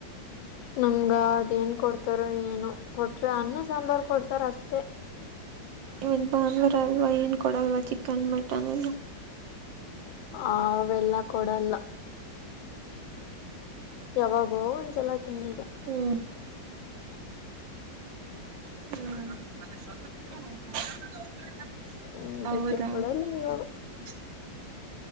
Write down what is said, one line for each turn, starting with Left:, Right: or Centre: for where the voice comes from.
Left: ನಮ್ಗ ಅದೇನ್ ಕೊಡ್ತಾರ ಏನು ಕೊಟ್ರೆ ಅನ್ನ ಸಾಂಬಾರ್ ಕೊಡ್ತಾರ ಅಷ್ಟೇ
Right: ಇವತ್ ಬಾಂದುವಾರ ಅಲ್ವಾ ಏನ್ ಕೊಡಲ್ವಾ ಚಿಕನ್ ಮಟನ್ ಇಲ್ಲ
Left: ಅವೆಲ್ಲ ಕೊಡಲ್ಲ ಯಾವಾಗೋ ಒಂದ್ಸಲ ತಿಂಗಳಗೆ
Right: ಹ್ಮ್ ಹ್ಮ್ ಹ
Left: ಹ್ಮ್ ಅದಕ್ಕೆ
Right: ಹೌದಾ
Left: ಕೊಡಲ್ಲ ಇವಾಗ